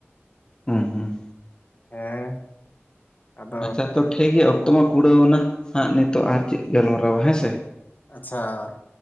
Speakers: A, on the left (about 20°); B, on the left (about 40°).
A: ᱦᱮᱸ-ᱦᱩᱸ᱾
B: ᱦᱮᱸ ᱟᱫᱚ
A: ᱟᱪᱪᱷᱟ ᱛᱚ ᱴᱷᱤᱠ ᱜᱮᱭᱟ᱾ ᱚᱠᱛᱚ ᱢᱟ ᱠᱩᱲᱟᱹᱣᱱᱟ ᱦᱟᱸᱜ, ᱱᱤᱛᱚᱜ ᱟᱨ ᱪᱮᱫ ᱜᱟᱞᱢᱟᱨᱟᱣᱟ ᱦᱮᱸ ᱥᱮ᱾
B: ᱟᱪᱪᱷᱟ